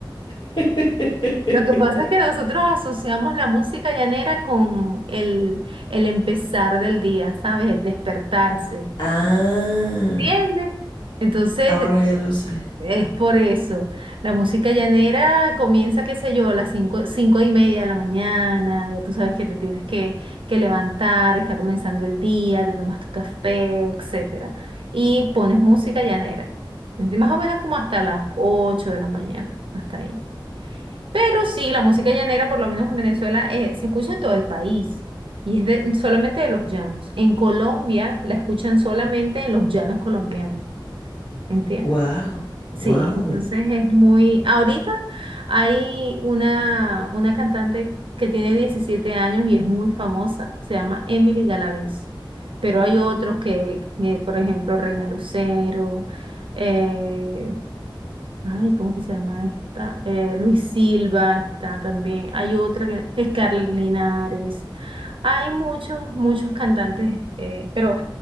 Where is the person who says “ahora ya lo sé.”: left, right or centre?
Left